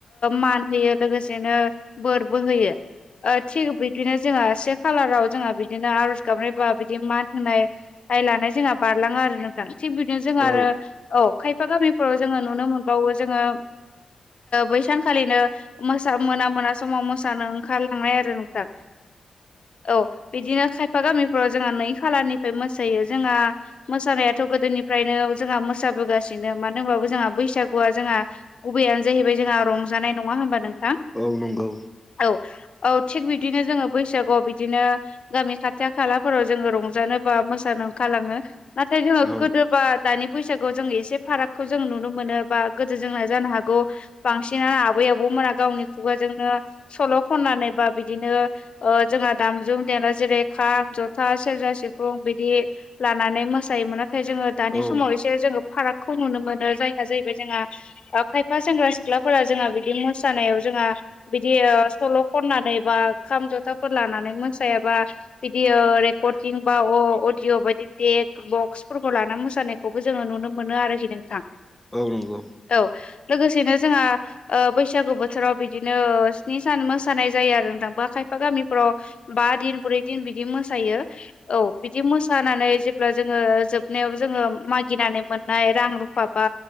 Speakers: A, on the left; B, in the centre.
A: मान होयो लोगोसेनो बोरबो होयो थिग बिदिनो जोंहा से खालाराव जोंहा बिदिनो आर'ज गाबनायबा बिदि मान होनाय आइ लानाय जोंहा बारलाङो आरो थां थिग बिदिनो जोङो
B: औ
A: आरो औ खायफा गामिफोराव जोङो नुनो मोनबावो जोङो बै सानखालिनो मोसा मोना मोना समाव मोसानो ओंखारलांनाय आरो नोंथां औ बिदिनो खायफा गामिफोराव जोंहा नै खालारनिफ्राय मोसायो जोंहा मोसानायाथ' गोदोनिफ्रायनो जोंहा मोसाबोगासिनो मानो होनबाबो जोंहा बैसागुआ जोंहा गुबैयानो जाहैबाय जोंहा रंजानाय नङा होमबा नोंथां
B: औ नंगौ
A: औ औ थिग बिदिनो जोङो बैसागआव बिदिनो गामि खाथि खालाफोराव जोङो रंजानो बा मोसानो ओंखारलाङो नाथाय
B: औ
A: जोङो गोदोबा दानि फैसाागखौ जों एसे फारागखौ जों नुनो मोनो बा गोदो जोंना जानो हागौ बांसिनानो आबै आबौमोना गावनि खुगाजोंनो सल' खननानै बा बिदिनो जोंहा दाम जुम देरा जेरै खाम जथा सेरजा सिफुं बिदि लानानै मोसायोमोन नाथाय जोङो दानि
B: औ
A: समाव एसे जोङो फारागखौ नुनो मोनो जायहा जाहैबाय जोंहा खायफा सेंग्रा सिख्लाफोरा जोंहा बिदि मोसानायाव जोंहा बिदि ओ सल' खननानै बा खाम जथाफोर लानानै मोसा बा बिदि ओ रेकर्ड दिं बा अ अदिअ बादि देग बक्सफोरखौ लाना मोसानायखौबो जोङो नुनो मोनो आरोखि नोंथां।
B: औ नंगौ।
A: औ लोगोसेनो जोंहा ओ बैसागु बोथोराव बिदिनो स्नि सान मोसानाय जायो आरो ना खायफा गामि फोराव बा दिन ब्रै दिन बिदि मोसायो। औ बिदि मोसानानै जेब्ला जोङो जोबनायाव जोङो मागिनानै मोननाय रां रुफा बा